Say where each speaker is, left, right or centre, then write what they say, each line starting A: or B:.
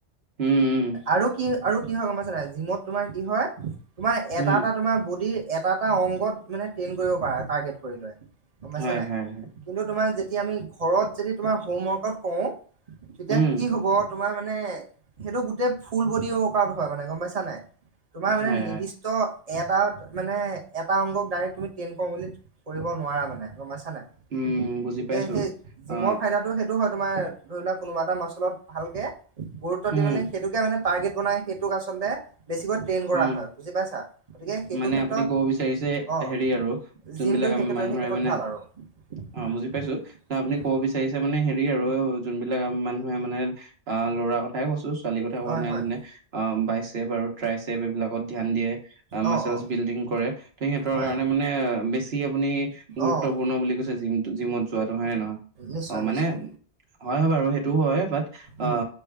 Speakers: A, on the right; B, on the right.
A: উম উম
B: আৰু কি আৰু কি হয় গম পাইছা নাই, জিমত তোমাৰ কি হয় তোমাৰ
A: উম
B: এটা এটা তোমাৰ বডি, এটা এটা অংগ মানে ট্ৰেইন কৰিব পাৰা টাৰ্গেট কৰি লৈ। গম পাইছা
A: হয়
B: নাই?
A: হয় হয়
B: কিন্তু তোমাৰ যেতিয়া আমি ঘৰত যদি তোমাৰ হোমৱৰ্কাউট কৰোঁ তেতিয়া
A: উম
B: কি হ'ব, তোমাৰ মানে সেইটো গোটেই ফুল বডি অ' আউট হয় মানে গম পাইছা নাই? তোমাৰ মানে
A: হয়
B: নিৰ্দিষ্ট
A: হয়
B: এটা মানে এটা অংগক ডাইৰেক্ট তুমি ট্ৰেইন কৰোঁ বুলি কৰিব নোৱাৰা মানে। গম পাইছা নাই?
A: উম, বুজি
B: গতিকে
A: পাইছোঁ,
B: সেই জিমৰ
A: অ'।
B: ফাইদাটো সেইটো হয় তোমাৰ ধৰি লোৱা কোনোবা এটা মাচলত ভালকে, গুৰুত্ব
A: উম
B: দি মানে সেইটোকে মানে টাৰ্গেট বনাই সেইটোক আচলতে বেছিকৈ ট্ৰেইন কৰা
A: উম
B: হয়। বুজি পাইছা? গতিকে সেইটো
A: মানে
B: ক্ষেত্ৰত
A: আপুনি ক'ব বিচাৰিছে
B: অ',
A: হেৰি আৰু যোনবিলাক
B: জিমটো
A: আম-
B: সেই ক্ষেত্ৰ
A: মানুহে
B: সেই ক্ষেত্ৰত
A: মানে
B: ভাল আৰু।
A: অ'
B: উম,
A: বুজি পাইছো। না আপুনি
B: উম
A: ক'ব বিচাৰিছে মানে হেৰি আৰু যোনবিলাক মানুহে মানে, অ ল'ৰা কথাই কৈছোঁ। ছোৱালীৰ কথা কোৱা
B: হয়
A: নাই,
B: হয়,
A: যেনে অ বাই চেপ আৰু ট্ৰাইছেপ এইবিলাকত ধ্যান দিয়ে, মাছলচ
B: অ' অ'
A: বিল্ডিং কৰে। ত' সিহঁতৰ
B: হয়,
A: কাৰণে মানে আ, বেছি আপুনি গুৰুত্ব
B: অ'
A: পূৰ্ণ বুলি কৈছে জিমটো, জিমত যোৱাটো। হয় নে নহয়?
B: নিশ্চয়,
A: অ মানে
B: নিশ্চয়।
A: হয় বাৰু সেই টো হয় বাট, আ
B: উম,